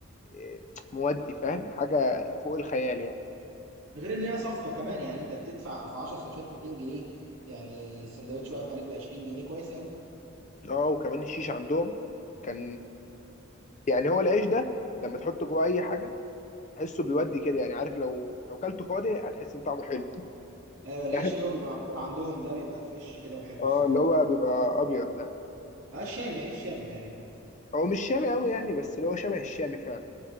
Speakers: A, on the left; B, on the right.
A: إيه، مودي فاهم حاجه فوق الخيال يعني
B: غير ان هي صفقه كمان يعني انت بتدفع في 10 سندوتشات 200 جنيه يعني السندوتش واقف عليك ب 20 جنيه كويس قوي
A: اه وكمان الشيش عندهم كان يعني هو العيش ده لما تحطه جوه اي حاجه تحسه بيودي كده يعني عارف لو لو كلته فاضي هتحس ان طعمه حلو
B: ايوه
A: <laughs>
B: العيش
A: فاهم
B: اللي هو بيبقى معمول عندهم ده بيبقى فريش كده وحلو
A: اه
B: الصراحه
A: اللي هو بيبقى ابيض ده
B: اه الشامي عيش شامي تقريبا
A: هو مش شامي قوي يعني بس اللي هو شبه الشامي فعلا